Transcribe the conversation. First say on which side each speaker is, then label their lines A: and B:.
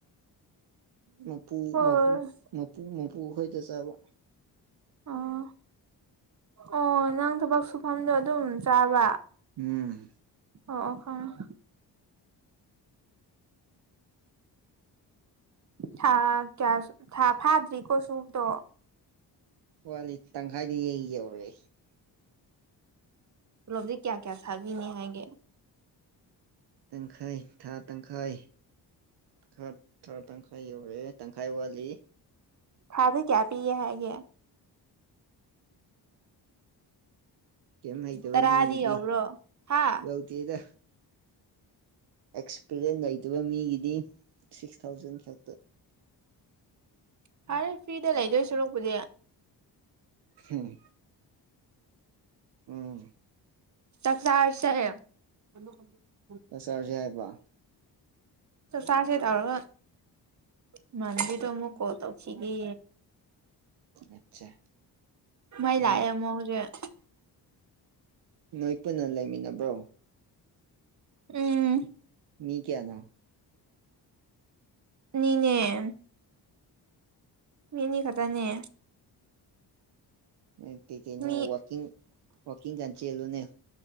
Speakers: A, on the right (about 65°); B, on the right (about 40°).
A: ꯃꯄꯨ
B: ꯑꯣ
A: ꯃꯄꯨ ꯃꯄꯨ ꯃꯄꯨ ꯈꯣꯏꯗ ꯆꯥꯕ
B: ꯑꯣ ꯑꯣ ꯅꯪ ꯊꯕꯛ ꯁꯨꯐꯝꯗꯣ ꯑꯗꯨꯝ ꯆꯥꯕ
A: ꯎꯝ
B: ꯑꯣ ꯑꯣ ꯈꯪꯉꯦ ꯊ ꯀꯌꯥꯁꯨ ꯊꯥ ꯐꯥꯗ꯭ꯔꯤꯀꯣ ꯁꯨꯕꯗꯣ
A: ꯋꯥꯠꯂꯤ ꯇꯪꯈꯥꯏꯗꯤꯌꯦ ꯌꯧꯔꯦ
B: ꯄꯨꯂꯣꯞꯗꯤ ꯀꯌꯥ ꯀꯌꯥ ꯁꯥꯕꯤꯅꯤ ꯍꯥꯏꯒꯦ
A: ꯇꯪꯈꯥꯏ ꯊꯥ ꯇꯪꯈꯥꯏ ꯊꯥ ꯊꯥꯥ ꯇꯪꯈꯥꯏ ꯌꯧꯔꯛꯑꯦ ꯇꯪꯈꯥꯏ ꯋꯥꯠꯂꯤ
B: ꯊꯥꯗ ꯀꯌꯥ ꯄꯤꯌꯦ ꯍꯥꯏꯒꯦ
A: ꯀꯩꯝ ꯍꯩꯇꯕ
B: ꯇꯔꯥꯗꯤ
A: ꯃꯤꯒꯤꯗꯤ
B: ꯌꯧꯕ꯭ꯔꯣ ꯍꯥ
A: ꯂꯧ ꯇꯦꯗ ꯑꯦꯛꯁꯄꯤꯔꯤꯌꯦꯟ ꯂꯩꯇꯕ ꯃꯤꯒꯤꯗꯤ ꯁꯤꯛꯁ ꯊꯥꯎꯖꯟ ꯈꯛꯇ
B: ꯐꯔꯦ ꯐ꯭ꯔꯤꯗ ꯂꯩꯗꯣꯏ ꯁꯔꯨꯛꯄꯨꯗꯤ
A: ꯍꯨꯝ ꯎꯝ
B: ꯆꯥꯛ ꯆꯔꯥꯁꯦ <unintelligible>
A: ꯆꯥꯛ ꯆꯔꯥꯖꯦ ꯍꯥꯏꯕ
B: ꯆꯥꯛ ꯆꯥꯁꯦ ꯇꯧꯔꯒ ꯏꯃꯥꯟꯅꯕꯤꯗꯣ ꯑꯃꯨꯛ ꯀꯣꯜ ꯇꯧꯈꯤꯒꯦ
A: ꯑꯠꯆꯥ
B: ꯃꯩ
A: ꯅꯣꯏ
B: ꯂꯥꯛꯑꯦ ꯑꯃꯨꯛ ꯍꯧꯖꯤꯛ
A: ꯅꯣꯏ ꯄꯨꯟꯅ ꯂꯩꯃꯤꯟꯅꯕ꯭ꯔꯣ
B: ꯎꯝ
A: ꯃꯤ ꯀꯌꯥꯅꯣ
B: ꯑꯅꯤꯅꯦ ꯃꯤ ꯑꯅꯤ ꯈꯛꯇꯅꯦ
A: ꯎꯝ ꯀꯩꯀꯩꯅꯣ
B: ꯃꯤ
A: ꯋꯥꯀꯤꯡ ꯋꯥꯀꯤꯡ ꯀꯥꯟ ꯆꯦꯜꯂꯨꯅꯦ